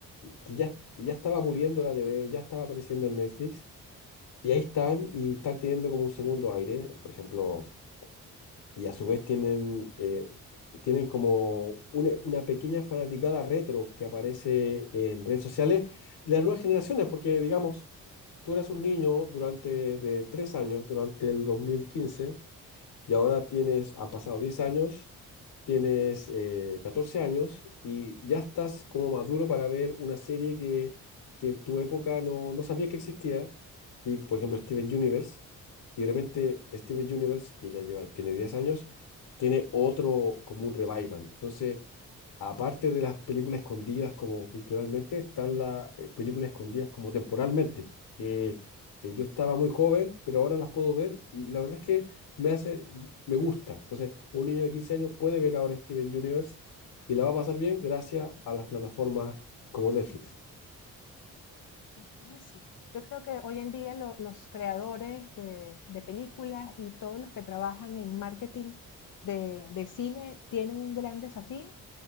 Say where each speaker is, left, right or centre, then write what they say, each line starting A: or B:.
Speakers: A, on the left; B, on the left.
A: que ya, ya estaba muriendo la TV, ya estaba apareciendo en Netflix, y ahí están, y están teniendo como un segundo aire, por ejemplo, y a su vez tienen, eh, tienen como una, una pequeña fanaticada retro que aparece en redes sociales de las nuevas generaciones, porque digamos, Tú eras un niño durante de tres años, durante el 2015, y ahora tienes, han pasado 10 años, tienes eh, 14 años y ya estás como maduro para ver una serie que, que en tu época no, no sabías que existía, y por ejemplo Steven Universe, y de repente Steven Universe, que ya lleva, tiene 10 años, tiene otro como un revival. Entonces, Aparte de las películas escondidas como culturalmente, están las eh, películas escondidas como temporalmente, que, que yo estaba muy joven, pero ahora las puedo ver y la verdad es que me hace, me gusta. Entonces, un niño de 15 años puede ver ahora Steven Universe y la va a pasar bien gracias a las plataformas como Netflix.
B: Sí, es así. Yo creo que hoy en día lo- los creadores de, de películas y todos los que trabajan en marketing de, de cine tienen un gran desafío